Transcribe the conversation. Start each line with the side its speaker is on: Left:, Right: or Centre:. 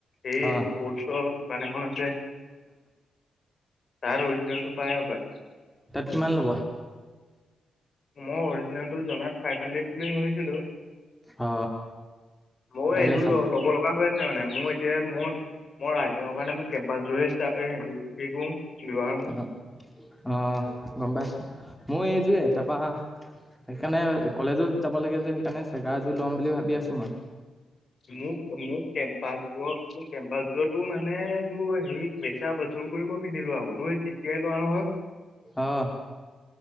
Left: এই
Centre: অ
Left: স্পৰ্টচৰ দোকান এখন আছে। তাত অৰিজিনেলটো পাই হ'ব পায়।
Centre: তাত কিমান ল'ব?
Left: মই অৰিজিনেলটো জনাত ফাইভ হানড্ৰেড বুলি শুনিছিলোঁ,
Centre: অ
Left: মই
Centre: তাকে
Left: এযোৰ
Centre: চাব
Left: ল'ব লগা হৈ আছে। হৈছে মানে মই এতিয়া মই মই ৰাণিঙৰ কাৰণে মোৰ কেম্পাচযোৰে হেৰি কৰো। চিলোৱা হ'ল।
Centre: অ অ' গম পাইছোঁ, মোৰ এযোৰে তাৰপৰা সেইকাৰণে কলেজত যাব লাগে যে, সেইকাৰণে চেগা এযোৰ ল'ম বুলি ভাবি আছোঁ মই।
Left: মোক-মোক কেম্পাচযোৰ মোক কেম্পাচযোৰোতো মানে এইটো হেৰি পইচা অচুল কৰি মই পিন্ধিলোঁ আকৌ, তো তেতিয়াই লোৱা নহয়।
Centre: অ